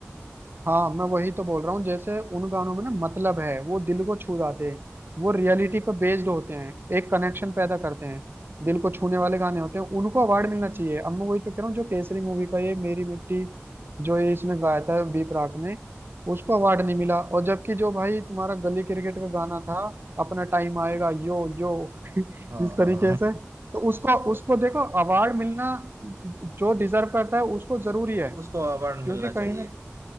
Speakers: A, on the right; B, on the right.
A: हाँ मैं वही तो बोल रहा हूँ जैसे उन गानों में ना मतलब है वो दिल को छू जाते हैं वो रियलिटी पर बेस्ड होते हैं एक कनेक्शन पैदा करते हैं दिल को छूने वाले गाने होते हैं उनको अवार्ड मिलना चाहिए अब मैं वही तो कह रहा हूँ जो केसरी मूवी का ये मेरी मिट्टी जो ये इसने गाया था बी प्राक ने उसको अवार्ड नहीं मिला और जबकि जो भाई तुम्हारा गली क्रिकेट का गाना था अपना टाइम आएगा यो यो <laughs> इस
B: हाँ
A: तरीके
B: हाँ हाँ
A: से तो उसको उसको देखो अवार्ड मिलना जो डिजर्व करता है उसको जरूरी है
B: उसको अवार्ड
A: क्योंकि
B: मिलना
A: कहीं
B: चाहिए
A: ना